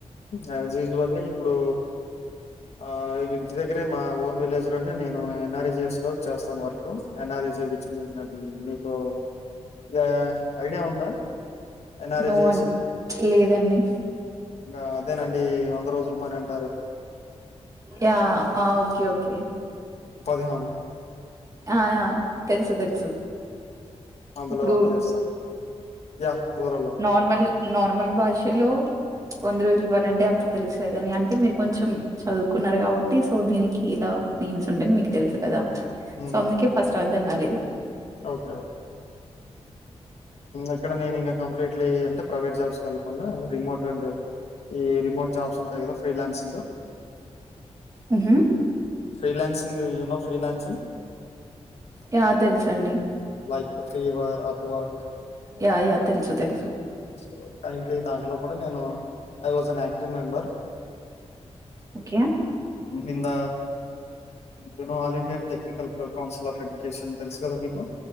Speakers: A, on the left; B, on the right.
A: యాజ్ యూజువల్లీ ఇప్పుడు ఆ ఇంటి దగ్గరే మా ఓన్ విలేజ్ లోనే నేను ఎన్ఆర్ఎజఎస్ లో చేస్తాను వర్క్ ఎన్ఆర్ఎజ బది మీకు ఇది ఐడియా ఉందా ఎన్ఆర్ఎజిఎస్
B: నో వన్ లేదండి
A: ఇ అదేనండి వంద రోజుల పనండి
B: యా ఓకే ఓకే
A: యా
B: ఆ తెలుసు తెలుసు
A: అందులో
B: ఇప్పుడు
A: వర్క్ చేస్తాను. Yeah rural work
B: normal normal భాషలో వంద రోజులు పని అంటే అప్పుడు తెలుస కాని అంటే మీరు కొంచెం చదువుకున్నారు కాబట్టి సో దీనికి ఇలా నేమ్స్ ఉండాయని మీకు తెలుసు కదా.
A: ఉమ్,
B: సో అందుకే ఫస్ట్ అది అర్థం కాలేదు
A: ఓకే ఓకే ఇక్కడ నేను ఇంకా కంప్లీట్లీ అంటే ప్రైవేట్ జాబ్స్ క వెళ్ళకుండా రిమోట్ అండ్ ఈ రిమోట్ జాబ్స్ ఉంటాయి కదా ఫ్రీలాన్సింగ్
B: ఆహ
A: ఫ్రీలాన్సింగ్ యూనో ఫ్రీలాన్సింగ్
B: యా తెలుసండి
A: like Fiverr Upwork
B: yeah yeah తెలుసు తెలుసు
A: <unintelligible> దాంట్లో కూడా నేను I was too member
B: okay
A: ఇంద you know all Indian technical council of education తెలుసు కదా మీకు